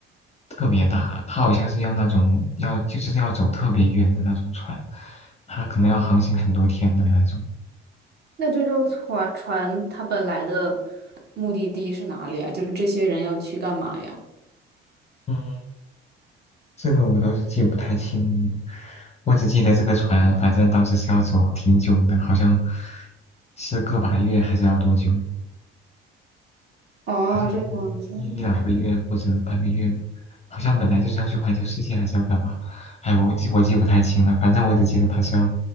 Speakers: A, on the left; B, on the right.
A: 特别大。它好像是要那种要就是要走特别远的那种船，它可能要航行很多天的那种。
B: 那这艘船船它本来的目的地是哪里啊？就是这些人要去干嘛呀？
A: 嗯这个我倒是记不太清，我只记得这个船，反正当时是要走挺久的，好像是个把月还是要多久？
B: 哦，
A: 好像
B: 这样子。
A: 一两个月或者半个月，好像本来就是要去环球世界还是要干嘛？哎，我记我记不太清了，反正我只记得他是要